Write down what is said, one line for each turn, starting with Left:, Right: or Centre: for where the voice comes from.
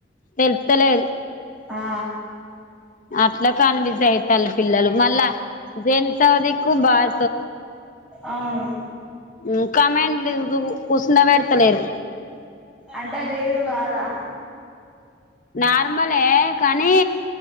Left: తెలుస్తలేదు
Centre: ఆ
Left: అట్ల కన్ఫ్యూజ్ అవుతాలు పిల్లలు మళ్ళా జన్సోదిక్కు బాగా
Centre: అవును
Left: ఊ కమాండ్ కూసుండ పెడతలేరు
Centre: అంటే లీడు కాదా
Left: నార్మలే కానీ